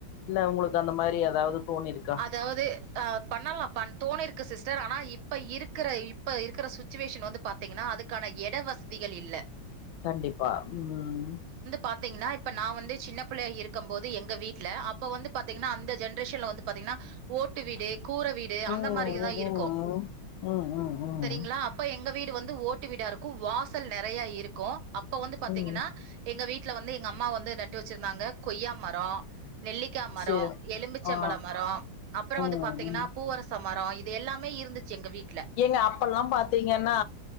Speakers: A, on the left; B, on the right.
A: இல்ல உங்களுக்கு அந்த மாரி ஏதாவது தோணிருக்கா
B: அதாவது அ பண்ணலா ப தோணிருக்கு சிஸ்டர் ஆனா இப்ப இருக்கிற இப்ப இருக்கிற சுச் சுச்சுவேஷன் வந்து பாத்திங்கன்னா அதுக்கான எட வசதிகள் இல்ல
A: கண்டிப்பா ம்
B: பாத்திங்கன்னா இப்ப நா வந்து சின்ன பிள்ளையா இருக்கும் போது எங்க வீட்ல அப்ப வந்து பாத்திங்கன்னா அந்த ஜெனரேஷன்ல வந்து பாத்திங்னா ஓட்டு வீடு கூர வீடு
A: ம்,
B: அந்த மாரிதா
A: ம்,
B: இருக்கு
A: ம். ம், ம், ம்.
B: சரிங்களா அப்ப எங்க வீடு வந்து ஓட்டு வீடா இருக் வாசல் நெறைய இருக்கு அப்ப வந்து பாத்திங்கனா
A: ம்.
B: எங்க வீட்ல வந்து எங்க அம்மா வந்து நட்டு வச்சிருந்தாங்க கொய்யா மரோ நெல்லி க்கா மரோ
A: சரி.
B: எலும்புச்சம்பழ
A: ஆ.
B: மர அப்ற
A: ம்,
B: வந்து பாத்திங்கன்னா
A: ம்.
B: பூவரச மர இது எல்லாமே இருந்துச்சு எங்க வீட்
A: ஏங்க அப்பல்லா பாத்திங்கன்னா